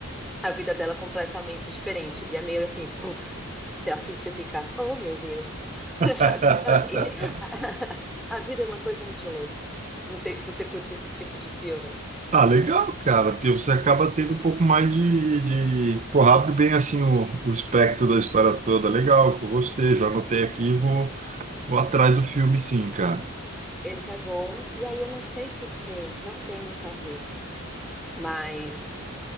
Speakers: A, in the centre; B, on the right (about 35°).
A: a vida dela é completamente diferente. E é meio assim, puf, você assiste e fica, oh meu Deus, <laughs>
B: <laughs>
A: sabe? A, vi- <laughs> a vida é uma coisa muito louca. Não sei se você curte esse tipo de filme.
B: Ah, legal, cara, porque você acaba tendo um pouco mais de, de... Pô, abre bem assim o, o espectro da história toda. Legal, eu gostei, já anotei
A: Uhum.
B: aqui e vou, vou atrás do filme sim, cara.
A: Esse é bom. E aí eu não sei por quê, não tem muito a ver, mas